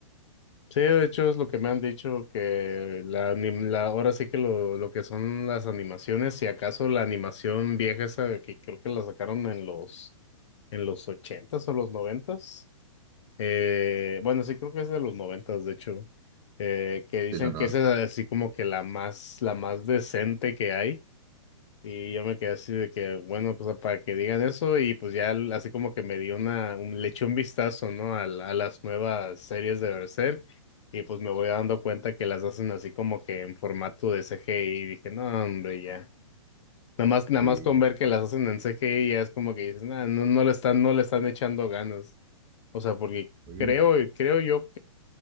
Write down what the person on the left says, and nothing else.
Sí, de hecho es lo que me han dicho, que la, anim- la- ahora sí que lo, lo que son las animaciones, si acaso la animación vieja esa que creo que la sacaron en los en los ochentas o los noventas, eh, bueno sí creo que es de los noventas de hecho, eh, que dicen
que
esa es así como que la más la más decente que hay y yo me quedé así de que, bueno, pues para que digan eso y pues ya l- así como que me dio una, un, le eché un vistazo, ¿no? A, la- a las nuevas series de Berserk y pues me voy dando cuenta que las hacen así como que en formato de CGI y dije, no, hombre, ya. Nada más, nada
más con
ver que las hacen en CGI ya es como que dices, "Nah, no, no le están, no le están echando ganas. O sea, porque
creo, creo yo